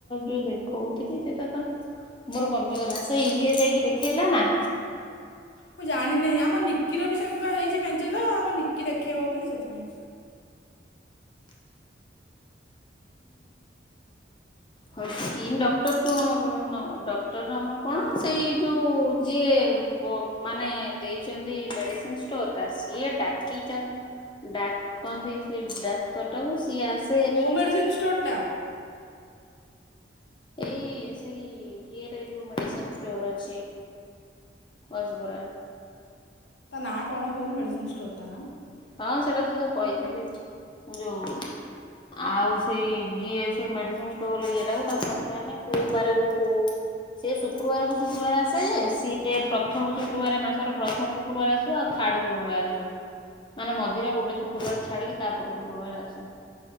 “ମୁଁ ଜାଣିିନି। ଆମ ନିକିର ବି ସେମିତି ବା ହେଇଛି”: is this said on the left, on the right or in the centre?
Left